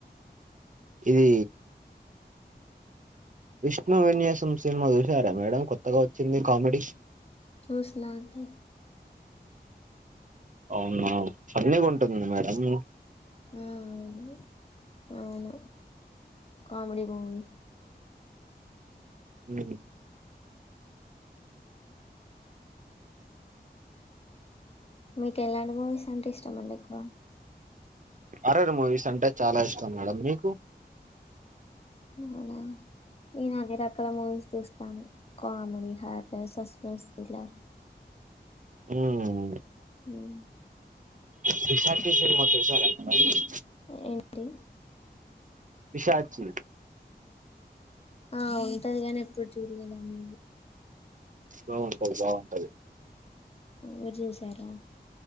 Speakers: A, on the right; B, on the left.
A: ఇదీ విష్ణు విన్యాసం సినిమా చూసారా మేడం కొత్తగా వచ్చింది కామెడీ.
B: చూసిన అంటే
A: అవునా ఫన్నీగా ఉంటుంది మేడమ్
B: మ్మ్ అవున కామెడీ మూవీ
A: మ్మ్
B: మీకు ఎలాంటి మూవీస్ అంటే ఇష్టమ అండి ఎక్కువ
A: హర్రర్ మూవీస్ అంటే చాలా ఇష్టం మేడం. మీకు?
B: అవునా నేను అన్ని రకాల మూవీస్ చూస్తాను. కామెడి హార్ సస్పెన్స్ థ్రిల్లర్
A: మ్మ్
B: మ్
A: పిశాచి సినిమా చూశారా మేడం.
B: ఏంటి
A: పిశాచి
B: ఆ ఉంటది గాని ఎప్పుడు చూడ్లేదు ఆ మూవీ.
A: బాగుంటది బాగుంటది.
B: మీర్ చూసారా